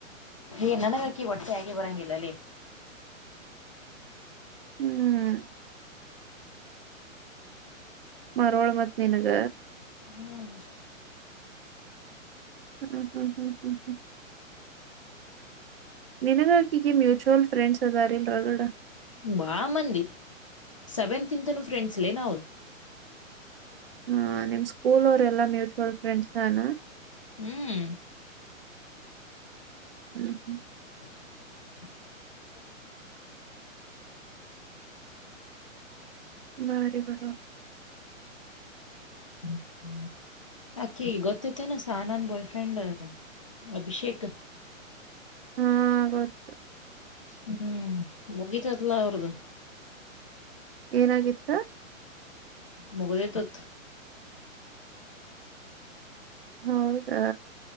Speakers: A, on the left; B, on the right.
A: ಹೇ ನನಗ ಅಕ್ಕಿಗ ಒಟ್ಟೆ ಆಗೆ ಬರಂಗಿಲ್ಲಲೆ.
B: ಹ್ಮ್ ಮರೊಳ್ ಮತ್ ನಿನಗ.
A: ಹ್ಮ್.
B: ಹ್ಮ್ ಹ್ಮ್ ಹ್ಹ್ ಹ್ಹ್ ಹ್ಹ್. ನಿನಗ ಅಕ್ಕಿಗೆ ಮ್ಯೂಚುವಲ್ ಫಂಡ್ಸ್ ಅದಾರಿಲ್ಲ ರಗಡ
A: ಬಾಳ್ಮಂದಿ ಸೆವೆನ್ತ್ ಇಂತನು ಫ್ರೆಂಡ್ಸ್ ಲೇ ನಾವ್.
B: ಹ ನಿಮ್ ಸ್ಕೂಲ್ ಅವ್ರೆಲ್ಲಾ ಮ್ಯೂಚುವಲ್ ಫ್ರೆಂಡ್ಸಾನಾ.
A: ಹ್ಮ್.
B: ಹ್ಮ್ ಹ್ಮ್.
A: <inaudible>
B: ಮಾರಿ ಬಿಡೋ.
A: <unintelligible> ಆಕೀ ಗೊತೈತ್ತೇನ ಸಾಹಾನಾನ್ ಬಾಯ್ ಫ್ರೆಂಡ್ ಅಭಿಷೇಕ್.
B: ಹಾ ಗೊತ್
A: ಹ್ಮ್ ಮುಗಿತತ್ಲಾ ಅವ್ರ್ದ.
B: ಏನಾಗಿತ್ತ.
A: ಮುಗದೇತತ್ತ.
B: ಹೌದಾ.